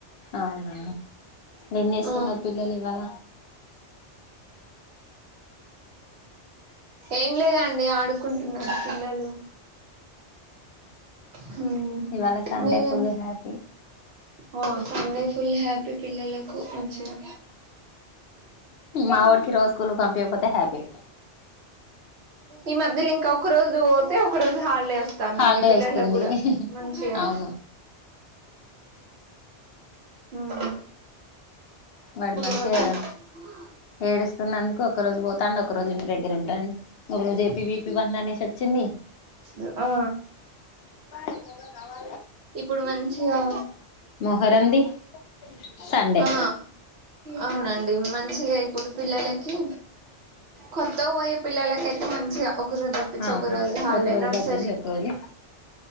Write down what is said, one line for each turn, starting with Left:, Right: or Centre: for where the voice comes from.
Left: అవునా, ఏం జేస్తున్నారు
Right: ఆ
Left: పిల్లలు ఇవాళ.
Right: ఏం లేదండి, ఆడుకుంటున్నారు పిల్లలు. హుమ్
Left: ఇవాళ సండే
Right: మీరెం
Left: ఫుల్ హ్యాపీ
Right: ఓ సండే ఫుల్ హ్యాపీ పిల్లలకు. కు మంచిగా.
Left: మావోడికి రోజు స్కూల్ పంపియకపోతే హ్యాపీ
Right: ఈ మధ్యలో ఇంకా ఒక రోజు పోతే, ఒక రోజు హాలిడే అస్ తాందాండి,
Left: హాలిడే
Right: పిల్లలక్
Left: వస్తుంది
Right: కూడా మంచిగా.
Left: అవును
Right: హుమ్మ్
Left: వాడు మంచిగా
Right: రోజు
Left: ఏడుస్తున్నందుకు ఒక రోజు పోతాండు, ఒక రోజు ఇంటి దగ్గర ఉంటాండు. మొన్న A P V P bandh అనేసి ఒచ్చింది.
Right: ద్ ఆ
Left: ఏ తొ వా
Right: ఇప్పుడు మంచిగా,
Left: మొహరంది సండే
Right: ఆ అవునండి, మంచిగ ఇప్పుడు పిల్లలకి కొత్తగా పోయే పిల్లలకైతే మం చిగా ఒకరోజు దప్పించి,
Left: అవును
Right: ఒక రోజు హాలిడే
Left: ఒక రోజు
Right: నర్సరీ,
Left: తప్పించి ఒక రోజు